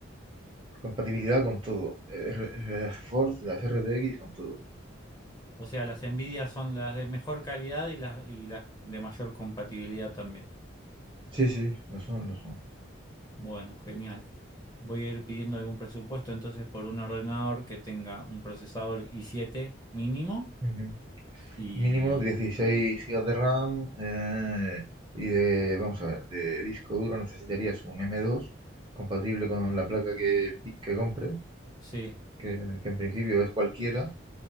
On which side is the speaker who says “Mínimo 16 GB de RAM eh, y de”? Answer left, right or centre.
Right